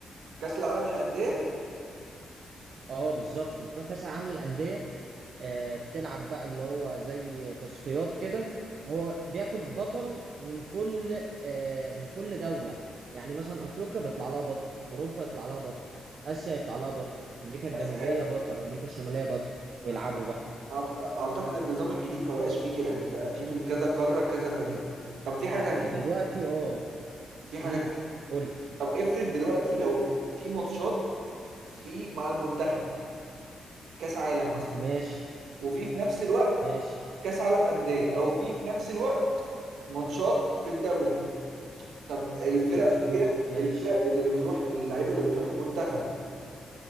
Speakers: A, on the right; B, on the right.
A: كاس العالم للانديه
B: اه بالظبط بتروح كأس العالم للأندية آه، بتلعب بقى اللي هو زي تصفيات كده هو بياخد بطل من كل آه، من كل دولة يعني مثلا أفريقيا بيطلع لها بطل أوروبا يطلع لها بطل آسيا يطلع لها بطل أمريكا الجنوبية
A: بس
B: بطل أمريكا الشمالية بطل ويلعبوا
A: بس
B: بقى
A: أعت- اعتقد ان النظام الجديد ما بقاش فيه كده يعني بقى فيه من كذا قاره كذا فريق طب في حاجه تانية
B: دلوقتي اه
A: في حاجه
B: امم قول لي
A: طب افرض دلوقتي لو في في ماتشات في مع المنتخب كاس عالم مثلا
B: ماشي
A: وفي في نفس الوقت
B: ماشي
A: كاس عالم انديه او في في نفس الوقت ماتشات في الدوري طب الفرق
B: مظبوط
A: ديت-
B: ماشي
A: الفرق اللي بتروح اللعيبه اللي بتروح المنتخب